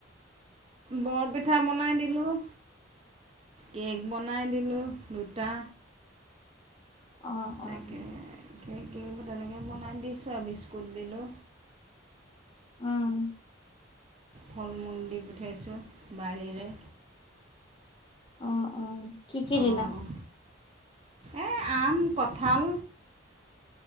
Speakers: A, on the right; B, on the left.
A: বৰপিঠা বনাই দিলোঁ। কেক বনাই দিলোঁ, দুটা।
B: অ'।
A: তাকে
B: অ'।
A: <unintelligible> তেনেকৈ বনাই দিছোঁ আৰু বিস্কুট দিলোঁ।
B: অ'।
A: ফলমূল দি পঠিয়াইছোঁ বাৰীৰে।
B: অ', অ', কি, কি দিলা?
A: অ', এই আম, কঁঠাল